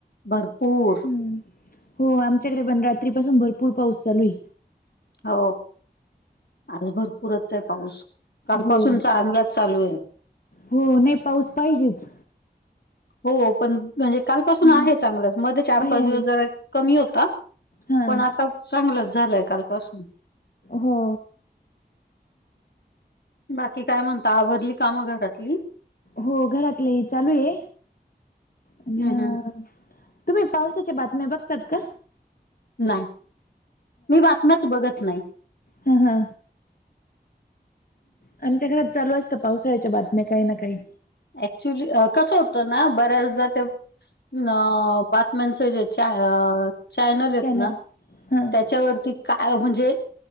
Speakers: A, on the left; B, on the left.
A: भरपूर
B: हम् हो आमच्याकडे पण रात्रीपासून भरपूर पाऊस चालू आहे
A: हो आज भरपूरच आहे पाऊस काल
B: हो
A: पाासून चालू चालू आहे
B: हो नाही पाऊस पाहिजेच
A: हो पण म्हणजे कालपासून
B: हम्म.
A: आहे चांगलंच मध्ये चार
B: आहे
A: पाच दिवस
B: आहे
A: जरा कमी होता
B: हां
A: पण आता चांगलंच झालंय काल पाऊस
B: हो
A: बाकी काय म्हणता आवरली कामं घरातली
B: हो घरातले चालू आहे आणि
A: हम्म
B: अ
A: हम्म
B: तुम्ही पावसाच्या बातम्या बघतात का
A: नाही मी बातम्याच बघत नाही
B: हा हा आमच्या घरात चालू असतं पावसाळ्याच्या बातम्या काही ना काही
A: ऍक्च्युली कसं होतं ना बऱ्याचदा ते न बातम्यांच जे चॅनल आहेत
B: चॅनल
A: ना
B: हां
A: त्याच्यावरती काय म्हणजे